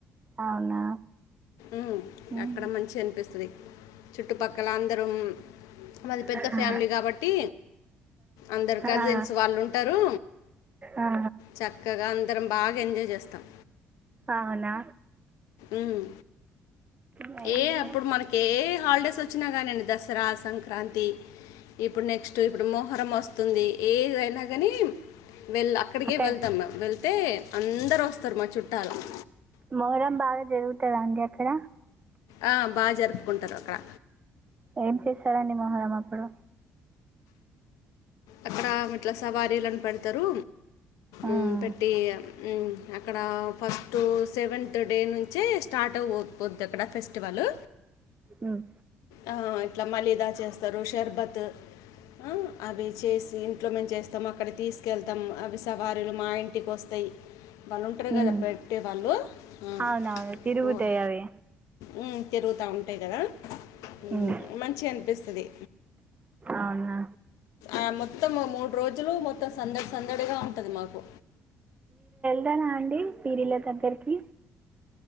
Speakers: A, on the right; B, on the left.
A: అవునా
B: ఉమ్
A: మ్మ్.
B: అక్కడ మంచి అనిపిస్తది చుట్టుపక్కల అందరం అది పెద్ద
A: ఆ.
B: ఫ్యామిలీ కాబట్టి అందరు కజిన్స్
A: ఆ.
B: వాళ్ళు ఉంటారు
A: ఆ.
B: చక్కగా అందరం బాగా ఎంజాయ్ చేస్తాం
A: అవునా
B: ఉమ్
A: నైన్
B: ఏ
A: మినిట్స్
B: అప్పుడు మనకి ఏ హాలిడేస్ వచ్చ కానీండి దసరా సంక్రాంతి ఇప్పుడు నెక్స్ట్ ఇప్పుడు మొహరం వస్తుంది ఏదైనా కానీ వెళ్ అక్కడికే
A: అక్కడ
B: వెళ్తాం వెళ్తే అందరూ వస్తారు మా చుట్ట ఉంటారు
A: మొహర్రం బాగా జరుగుతద అండి అక్కడ
B: ఆ బాగా జరుపుకుంట అదొక
A: ఏం చేస్తారండి మొహరం అప్పుడు
B: అక్కడా మెట్ల సవారీలని పెడతరూ
A: మ్మ్.
B: ఉమ్ పెట్టి అక్కడ ఫస్ట్ సెవెంత్ డే నుంచే స్టార్ట్ అయిపోతుంది పొద్దు అక్కడ ఫెస్టివలు
A: మ్మ్.
B: ఆ ఇట్లా మళ్ళీదా చేస్తరు షర్బత్ అ అవి చేసి ఇంట్లో మేము చేస్తాము అక్కడ తీసుకెళ్తం అవి సవారీలు మా ఇంటికి వస్తాయి వాళ్ళు ఉంటరు
A: మ్మ్.
B: కదా పెట్టే వాళ్ళు ఉమ్
A: అవునవును తిరుగుతాయి అవి
B: ఉమ్ తిరుగుతా ఉంటాయి కదా ఉమే
A: మ్మ్.
B: మంచిగా అనిపిస్తది
A: అవునా
B: ఆ మొత్తం మూడు రోజులు మొత్త మొత్తం సందడి సందడిగా ఉంటది మాకు
A: వెళ్తరా అండి పీరిల దగ్గరికి